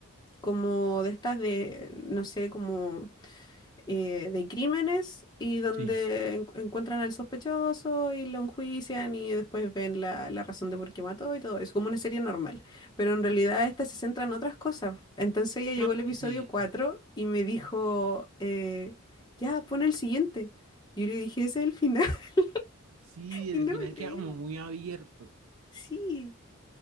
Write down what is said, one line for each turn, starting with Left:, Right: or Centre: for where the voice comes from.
Left: como de estas de, no sé, como eh, de crímenes y donde
Right: sí.
Left: en- encuentran al sospechoso y lo enjuician y después ven la, la razón de por qué mató y todo eso, como una serie normal. Pero en
Right: Exacto.
Left: realidad esta se centra en otras cosas. Entonces ella llegó
Right: No,
Left: al episodio
Right: sí.
Left: 4 y me dijo, eh, ya, pon el siguiente. Yo le dije, ese es el final <laughs>
Right: Sí, el
Left: y no
Right: final
Left: me creía.
Right: queda como muy abierto.
Left: Sí,